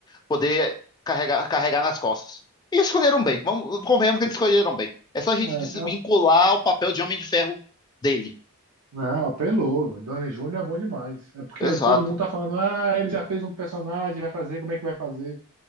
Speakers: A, on the left; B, on the right.
A: poder carregar, carregar nas costas. E escolheram bem. Vamos, convenhamos que eles escolheram bem. É só a gente
B: É,
A: desvincular
B: a-
A: o papel de Homem de Ferro dele.
B: não, apelou. Downey Júnior é bom demais. É porque
A: Exato.
B: aí todo mundo tá falando, ah, ele já fez um personagem, vai fazer, como é que vai fazer?